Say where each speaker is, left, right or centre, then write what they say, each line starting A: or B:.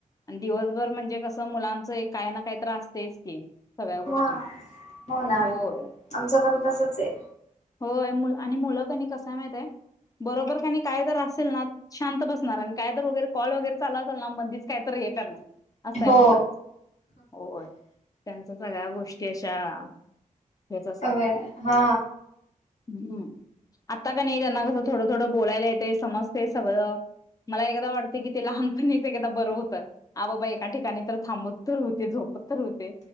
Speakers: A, on the left (about 25°); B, on the left (about 55°).
A: आणि दिवसभर म्हणजे कसं मुलांचं काही ना काही तर आसतेच की. सगळ्या गोष्टी
B: हा हो ना
A: होय
B: आमचं पण तसचंय.
A: होय मु आणि मुलं क नी कसंय माहितेय बरोबर क नी काय तर असेल ना शांत बसणार. आणि काय तर वगैरे कॉल वगैरे चालू असेल ना मधीच काय तर हे करणार. असं आहे
B: हो
A: मुलांच. होय त्यांच सगळ्या गोष्टी अशा- - हेच असत.
B: अवे हा
A: हम्म आता का नाही त्यांना कसं थोडं थोडं बोलायला येतय समजतय सगळं. मला एकदा वाटते की ते लहानपणीच एकदा बरं होतं. आ बाबा एका ठिकाणी तर थांबत -- तर होते. झोपत तर होते.